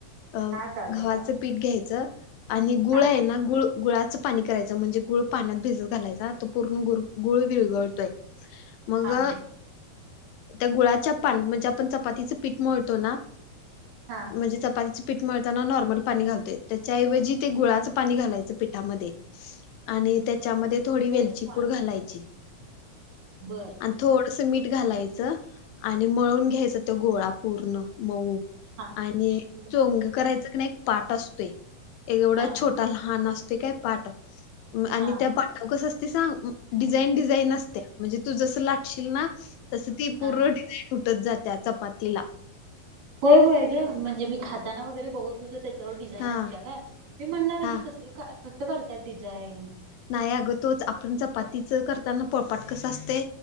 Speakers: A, on the left; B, on the right.
A: गव्हाचं
B: हा चालतय सांग
A: पीठ घ्यायचं. आणि गुळ
B: हा
A: आहे ना गुळ गुळाच. पाणी करायचं म्हणजे गुळ पाण्यात भिजत घालायचा तो पूर्ण गुळ विगळतोय. मग.
B: हा
A: त्या गुळाच्या पान म्हणजे आपण चपातीचं पीठ मळतो ना
B: हा
A: म्हणजे चपाती. पीठ मिळताना नॉर्मल पाणी घालतोय त्याच्याऐवजी ते गुळाचं पाणी घालायचं पिठामध्ये. आणि त्याच्यामध्ये थोडी
B: बर
A: वेलची पूड घालायची.
B: बर
A: आणि थोडस मीठ. घालायचं आणि मळून घ्यायचं त गोळा पूर्ण मऊ.
B: हा
A: आणि
B: बर
A: चोंग करायच क नाही एक पाट असतोय एक एवढा
B: हा
A: छोटा लहान असतो. ते काय पाठ आणि
B: हा
A: त्या पाठाव कस असते सांग डिझाईन डिझाईन असत्या. म्हणजे तू जसं लाटशील ना तस ती पूर्ण
B: हा
A: डिझाईन उटत जात चपातीला.
B: होय होय ग म्हणजे मी खाताना वगैरे बघत हो त्या. त्याच्यावर डिझाईन
A: हा
B: असत काय मी म्हणणार हे
A: हा
B: कस कसं करतात डिझाईन.
A: नाही अग तोच आपण चपातीच करताना पळपाट कस असते